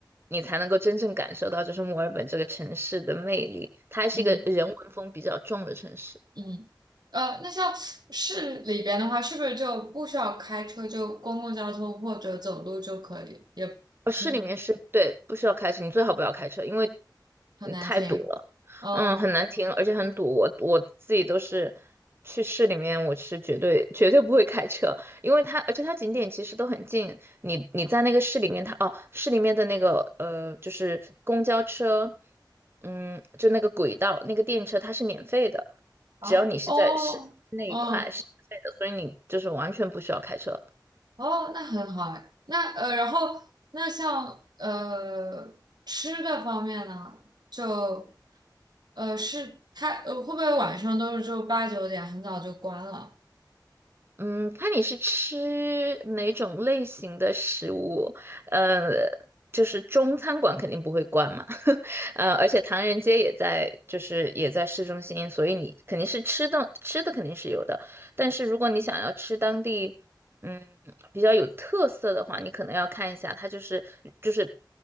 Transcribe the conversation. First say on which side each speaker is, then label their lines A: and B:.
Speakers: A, on the right; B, on the right.
A: 你才能够真正感受到，就是墨尔本这个城市的魅力。它还是一个人文风比较重的城市。
B: 嗯嗯呃，那像市里边的话，是不是就不需要开车，就公共交通或者走路就可以？也挺
A: 呃市里面是对，不需要开车，你最好不要开车，因为
B: 很难听，
A: 嗯太堵了，
B: 嗯。
A: 嗯，很难停，而且很堵。我我自己都是去市里面，我是绝对绝对不会开车，因为它而且它景点其实都很近，你你在那个市里面它，哦，市里面的那个呃就是公交车，嗯，就那个轨道那个电车它是免费的，
B: 啊，
A: 只要你是在市那一块是免费的，
B: 哦，哦，
A: 所以你就是完全不需要开车。
B: 哦，那很好哎。那呃，然后那像呃吃的方面呢，就呃是他呃会不会晚上都是就八九点很早就关了？
A: 嗯，看你是吃哪种类型的食物，呃，就是中餐馆肯定不会关嘛，<laughs> 呃，而且唐人街也在，就是也在市中心，所以你肯定是吃的吃的肯定是有的，但是如果你想要吃当地，嗯，比较有特色的话，你可能要看一下，它就是就是，